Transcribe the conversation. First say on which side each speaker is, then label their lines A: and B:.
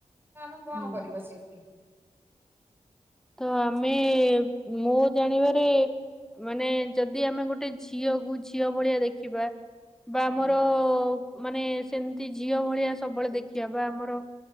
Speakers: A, on the right (about 15°); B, in the centre.
A: ତ ଆମେ କଣ
B: ହୁଁ।
A: କରିବା ସେଇଠି?
B: ତ ଆମେ ମୁଁ ଜାଣିବାରେ ମାନେ ଯଦି ଆମେ ଗୋଟେ ଝିଅକୁୁ ଝିଅ ଭଳିଆ ଦେଖିବା ବା
A: ଆଜ୍ଞା।
B: ଆମର ମାନେ ସେମିତି ଝିଅ ଭଳିଆ ସବୁବେଳେ ଦେଖିବା ବା ଆମର